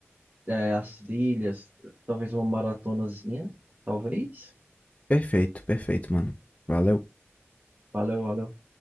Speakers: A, on the right; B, on the left.
A: é, as trilhas, talvez uma maratonazinha, talvez.
B: Perfeito, perfeito, mano. Valeu.
A: Valeu, valeu.